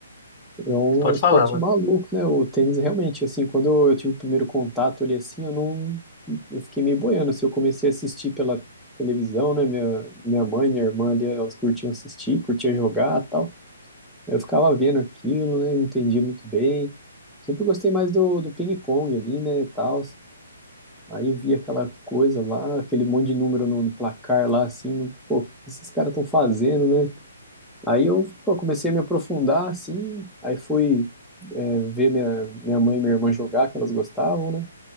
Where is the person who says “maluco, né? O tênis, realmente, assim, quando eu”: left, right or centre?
Centre